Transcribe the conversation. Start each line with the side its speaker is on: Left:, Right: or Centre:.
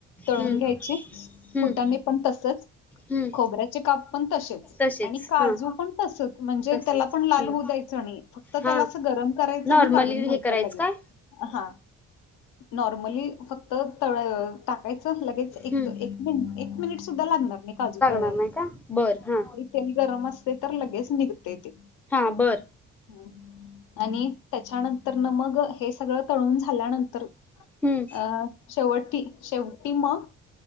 Left: तळून
Centre: हम्म
Left: घ्यायची
Centre: हम्म
Left: फुटाने पण तसचं
Centre: हम्म
Left: खोबऱ्याचे काप पण तसेच
Centre: तसेच
Left: आणि काजू
Centre: हा
Left: पण तसच म्हणजे
Centre: तसच
Left: त्याला पण लाल
Centre: हम्म
Left: होऊ द्यायचं. फक्त त्याला
Centre: हा
Left: अस गरम करायचं
Centre: नॉर्मली
Left: आणि काढून घ्यायचं
Centre: हे करायचं
Left: लगेल
Centre: काय
Left: हा. नॉर्मली फक्त त टाकायचं लगेच एक
Centre: हम्म
Left: मिनिट सुद्धा लागणार नाही. काजू तळ
Centre: <unintelligible> बर हा
Left: तेल गरम असते तर लगेच निघते ते
Centre: हां बरं.
Left: हम् आणि त्याच्यानंतर न मग हे सगळं तळून झाल्यानंतर
Centre: हम्म
Left: अं शेवटीं शेवटी मग.